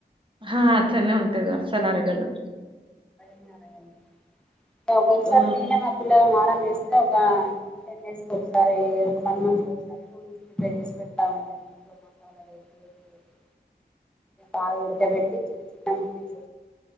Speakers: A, on the right (about 30°); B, in the centre.
A: ఆ అట్లనే ఉంటది అసలరగదు
B: రాయలి ఒకొక్కసారి
A: ఉ
B: నేనే మా పిల్లల మా అలా చేస్తే ఒక టెన్ డేస్కి ఒకసారి, ఒక వన్ మంత్ ఒకసారి, నూడుల్స్ ప్రిపేర్ చేసి పెడతా ఉంటా ఇంట్లో నే మసాలా వేసి ఎగ్ వేసి బాగా ఉడక బెట్టి చూ చికెన్ <unintelligible>